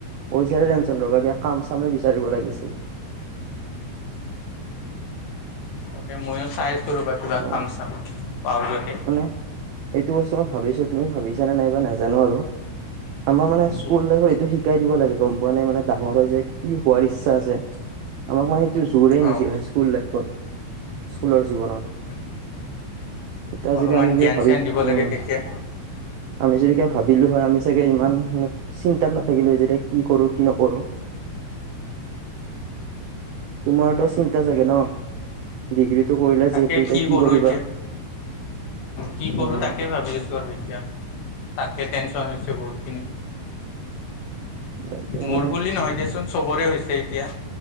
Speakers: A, on the right; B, on the left.
A: পইছাৰে টেনচন ৰবা কিয়া কাম চাম বিচাৰিব লাগিছিল।
B: তাকে ময়ো চাইছোঁ ৰ'বা কিবা
A: অ
B: কাম চাম পাওঁ যদি।
A: মানে এইটো বস্তু মই ভাবিছো তুমি ভাবিছানে নাইবা নাজানো আৰু আমাৰ মানে স্কুল
B: কি?
A: লাইফত এইটো শি শিকাই দিব লাগে গম পানে মানে ডাঙৰ হয় যে কি হোৱাৰ ইচ্ছা আছে আমাক মানে এইটো জোৰে
B: অ',
A: নেকি স্কুল লাইফত স্কুল জীৱনত
B: উম,
A: এতিয়া
B: অলপমান
A: যদি আমি কিবা
B: জ্ঞান
A: ভাবি
B: চ্যান দিব
A: উম
B: লাগে তেতিয়া।
A: আমি যদি ভাবিলো হয় আমি চাগে ইমান চিন্তাত নাথাকিলো যেতি কি কৰো কি নকৰো <unintelligible>
B: উম
A: তোমাৰতো চিন্তা চাগে ন ডিগ্ৰী কৰিলা
B: তাকে
A: যিহেতু এতিয়া কি
B: কৰোঁ
A: কৰিবা।
B: এতিয়া, কি
A: উম
B: কৰো তাকে ভাবি আছো আৰু এতিয়া তাকে টেনচন হৈছে বহুতখিনি
A: তাকে
B: মোৰ
A: মানে
B: বুলি নহয় দিয়াচোন টেনচন চবৰে হৈছে এতিয়া